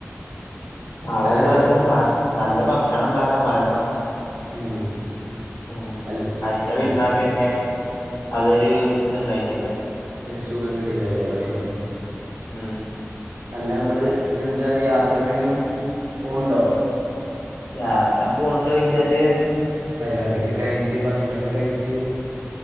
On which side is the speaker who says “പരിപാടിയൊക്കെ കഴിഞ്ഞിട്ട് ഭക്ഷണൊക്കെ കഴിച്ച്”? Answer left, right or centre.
Right